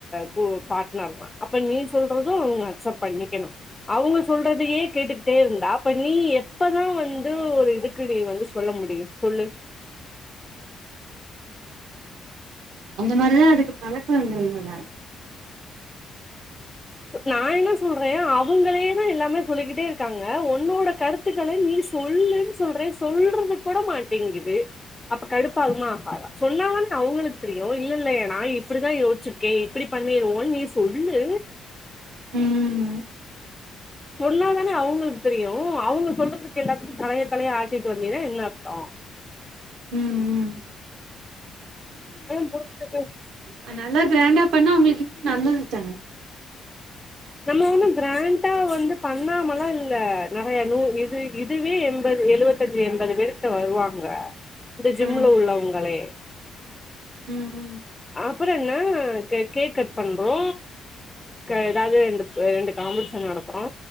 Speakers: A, on the left; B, on the right.
A: பூ பார்ட்னர்தா அப்ப நீ சொல்றது அவுங்க அக்செப்ட் பண்ணிக்கணு அவுங்க சொல்றதையே கேட்டுக்ட்டே இருந்தாப் இப்ப நீ எப்பதா வந்து ஒரு இதுக்கு நீ வந்து சொல்ல முடியு சொல்லு
B: அந்த மாரிதா அதுக்குப் பழக்கோ இல்ல இல்ல இல்ல
A: நா என்ன சொல்றே அவுங்களேதா எல்லாமே சொல்லிகிட்டே இருக்காங்க ஒன்னோட கருத் துக்கள நீ சொல்லுன் சொல்றே சொல்றது கூட மாட்டேங்கிது அப்ப கடுப்பாகுமா ஆகாதா சொன்னாங்கனே அவுங்களுக் தெரியு இல்ல இல்ல ஏ நா இப்புடிதா யோச்சுட் கே எப்புடி பண்ணிருவோன் நீ சொல்லு
B: ம்
A: சொன்னாதானே அவுங்குளுக்கு தெரியு அவுங்க சொல்றதுக்கு எல்லாத்துக்கு தலைய தலைய ஆட்டிட்டு வந்தீனா என்ன அர்த்தோ
B: ம் ம்
A: <unintelligible>
B: அன்னாலா கிராண்டாப் பண்ணா அவுங்ளுக்கு இன்னு நல்லதுதானே
A: நம்ம ஒன்னு கிராண்ட் டா வந்துப் பண்ணாமலா இல்ல நெறைய நூ இது இதுவே என்பது எழுவத்தஞ்சு என்பது பேருக் ட்ட வருவாங்க இந்த ஜிம்முல
B: ம்
A: உள்ளவுங்களே
B: ம் ம்
A: அப்றோ என்ன கேக் கட் பண்றோ ஏதாவது ரெ ரெண்டு ரெண்டு காம்படிஷ நடத்துறோ